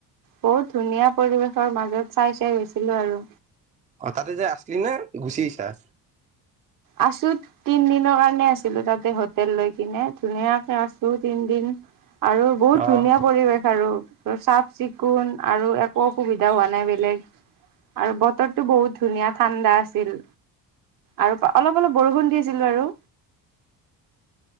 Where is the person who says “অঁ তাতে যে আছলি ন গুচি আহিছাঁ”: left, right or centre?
Right